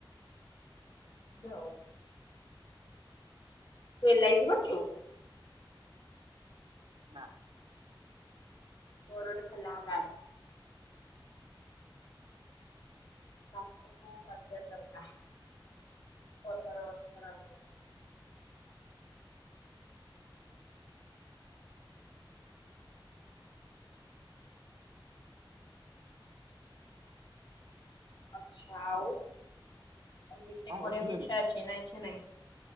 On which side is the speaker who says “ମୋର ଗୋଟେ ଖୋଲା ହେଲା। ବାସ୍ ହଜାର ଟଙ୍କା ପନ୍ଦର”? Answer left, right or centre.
Left